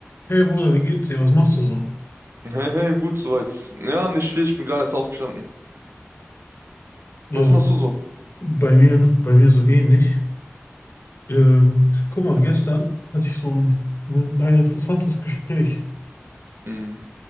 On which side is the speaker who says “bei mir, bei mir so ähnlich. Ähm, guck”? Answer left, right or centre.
Left